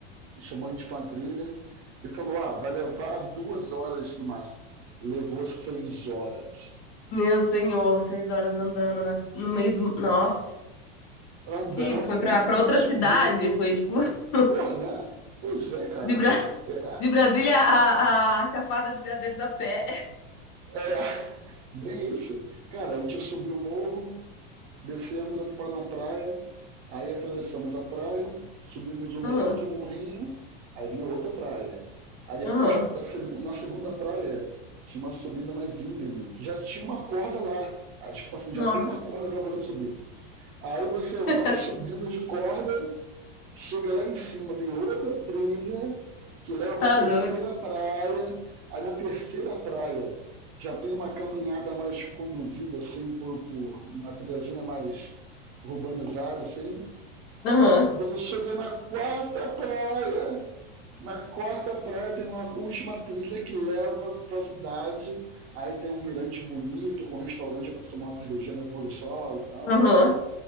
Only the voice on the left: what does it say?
Meu senhor, seis horas andando na- no meio do. Nossa.
Que isso? Foi pra, pra
outra cidade? Foi tipo <laughs>
de, Bra-
de Brasília a, a Chapada dos Veadeiros a pé.
Aham,
aham.
Nossa,
<laughs>
tá
doido.
Aham,
aham.